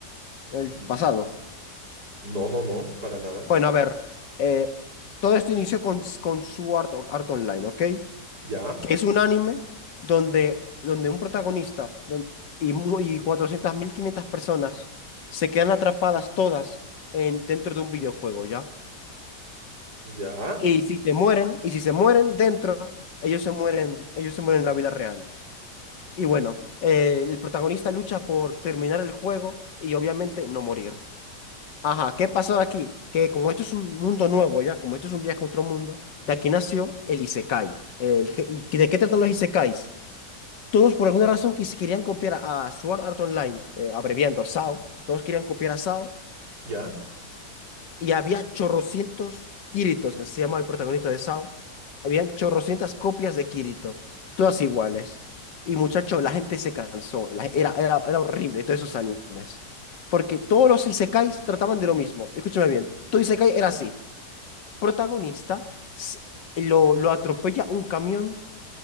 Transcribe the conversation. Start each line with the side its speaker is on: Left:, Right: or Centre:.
Left: El
Right: N-
Left: pasado.
Right: No, no, no, para nada.
Left: Bueno, a ver. eh, todo esto inició con, con Sword Art art Online, ¿ok?
Right: Ya,
Left: Que es un anime donde, donde un protagonista don- y, mu- y 400.000, 500 personas se quedan atrapadas todas en, dentro de un videojuego, ¿ya?
Right: ya,
Left: Y si se mueren, y si se mueren dentro, ellos se mueren, ellos se mueren en la vida real. Y bueno, eh, el protagonista lucha por terminar el juego y obviamente no morir. Ajá, ¿qué pasó aquí? Que como esto es un mundo nuevo ya, como esto es un viaje a otro mundo, de aquí nació el Isekai. El, je- ¿y de qué tratan los Isekais? Todos por alguna razón quis- querían copiar a Sword Art Online, eh, abreviando SAO, todos querían copiar a SAO
Right: ya.
Left: y había chorrocientos Kiritos, que se llama el protagonista de Sao. Habían chorrocientas copias de Kirito, todas iguales. Y muchacho, la gente se cansó, la- era, era, era horrible todos esos animes. Porque todos los isekais trataban de lo mismo. Escúchame bien, todo isekai era así. Protagonista, s- lo, lo atropella un camión